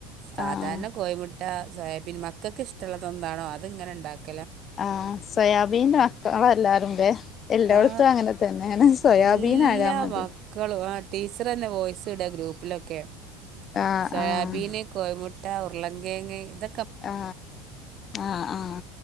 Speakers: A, on the right (about 50°); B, on the left (about 35°).
A: സാധാരണ
B: ആഹ്
A: കോഴിമുട്ട സോയാബീൻ മക്കക്ക് ഇഷ്ടുള്ളത് എന്താണോ അത് ഇങ്ങനെ ഇണ്ടാക്കും
B: ആ സോയാബീൻന്റെ മക്കള എല്ലാരൂംടെ എല്ലായിടത്തും
A: ആ
B: അങ്ങനെ തന്നെയാണ് സോയാബീൻ
A: എല്ലാ
B: ആയ മതി
A: മക്കളും ആ ടീച്ചർ തന്നെ വോയിസ് ഇടുക ഗ്രൂപ്പിലൊക്കെ
B: ആഹ്
A: സോയാബീന്
B: ആഹ്
A: കോഴിമു മറ്റ ഉർളൻകെയങ്ങ് ഇത
B: ആ ആ ആ